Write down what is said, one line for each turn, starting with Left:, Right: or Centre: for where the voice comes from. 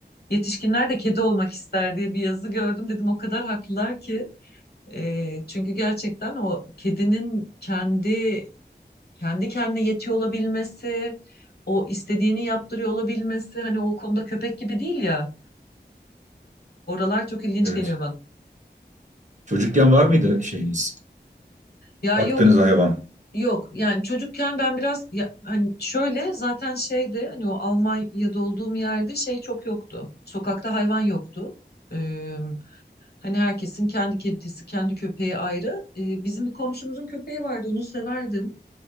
Left: Yetişkinler de kedi olmak ister diye bir yazı gördüm. Dedim o kadar haklılar ki. E, çünkü gerçekten o kedinin kendi kendi kendine yetiyor olabilmesi, o istediğini yaptırıyor olabilmesi, hani o konuda köpek gibi değil ya. Oralar çok ilginç
Right: evet.
Left: geliyor bana.
Right: Çocukken var mıydı şeyiniz?
Left: Ya
Right: Baktığınız
Left: yok
Right: hayvan.
Left: yok yani çocukken ben biraz ya, hani şöyle zaten şeyde hani o Almanya'da olduğum yerde şey çok yoktu. Sokakta hayvan yoktu. Ee, hani herkesin kendi kedisi, kendi köpeği ayrı. Ee, bizim bir komşumuzun köpeği vardı, onu severdim.